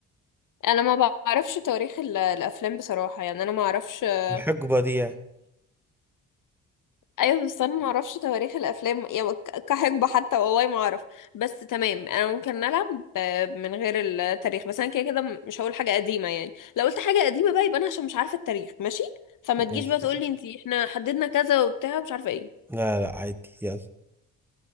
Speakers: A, on the left; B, in the centre.
A: انا ما بعرفش تواريخ ال- الافلام بصراحه يعني انا ما اعرفش آه،
B: الحقبة دي يعني.
A: ايوه بس انا ما اعرفش تواريخ الافلام يعني ك- كحقبه حتى والله ما اعرف بس تمام انا ممكن نلعب ب- من غير التاريخ بس انا كده كده م- مش هقول حاجه قديمه يعني لو قلت حاجه قديمه بقى يبقى انا عشان مش عارفه التاريخ ماشي فما تجيش
B: ماشي
A: بقى تقول لي انت احنا حددنا كذا وبتاع مش عارفه ايه
B: لا لا عادي يلا